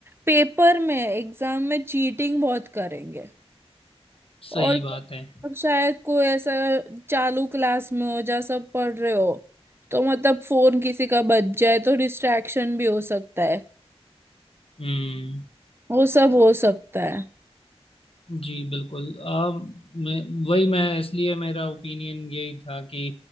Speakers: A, on the right; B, on the left.
A: पेपर में एग्जाम में चीटिंग बहुत करेंगे
B: सही
A: और
B: बात है
A: अब शायद कोई ऐसा चालू क्लास में हो जहाँ सब पढ़ रहे हो तो मतलब फोन किसी का बज जाए तो डिस्ट्रैक्शन भी हो सकता है
B: हम्म
A: वो सब हो सकता है
B: जी बिल्कुल आ, मैं वही मैं इसलिए मेरा ओपिनियन यही था कि